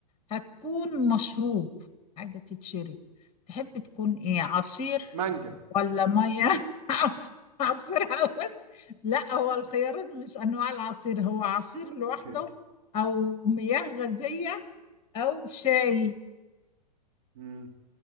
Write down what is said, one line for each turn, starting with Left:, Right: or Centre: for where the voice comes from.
Left: هتكون مشروب حاجة تتشرب تحب تكون ايه عصير
Right: مانجا
Left: ولا مية <laughs> عص- عصير بس لا هو الخيارات مش انواع العصير هو عصير
Right: اوكي
Left: لوحده او مياه غازية او شاي
Right: مم.